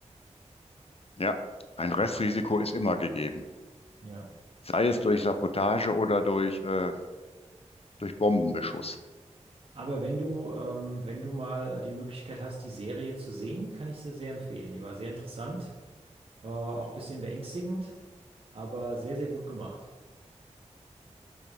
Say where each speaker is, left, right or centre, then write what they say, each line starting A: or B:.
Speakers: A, on the left (about 55°); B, on the right (about 50°).
A: Ja, ein Restrisiko ist immer gegeben.
B: Ja.
A: Sei es durch Sabotage oder durch, äh, durch Bombenbeschuss.
B: Aber wenn du, ähm, wenn du mal die Möglichkeit hast, die Serie zu sehen, kann ich sie sehr empfehlen. Die war sehr interessant, äh, auch ein bisschen beängstigend, aber sehr, sehr gut gemacht.